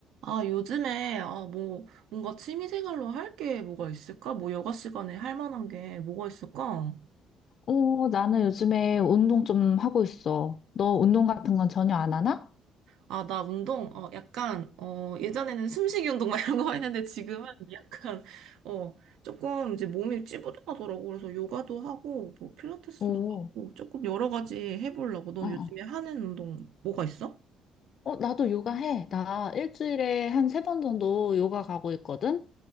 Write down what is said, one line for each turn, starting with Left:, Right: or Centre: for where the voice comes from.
Right: 아, 요즘에, 아, 뭐, 뭔가 취미생활로 할 게 뭐가 있을까? 뭐, 여가 시간에 할 만한 게 뭐가 있을까?
Left: 어, 나는 요즘에 운동 좀 하고 있어. 너 운동 같은 건 전혀 안 하나?
Right: 아, 나 운동, 어, 약간, 어, 예전에는 숨쉬기 운동 막 이런 거 했는데 지금은 약간, 어, 조금 이제 몸이 찌뿌둥하더라고. 그래서 요가도 하고, 뭐, 필라테스도
Left: 오,
Right: 하고, 조금 여러 가지 해보려고. 넌
Left: 어, 어.
Right: 요즘에 하는 운동 뭐가 있어?
Left: 어, 나도 요가 해. 나 일주일에 한 세 번 정도 요가 가고 있거든?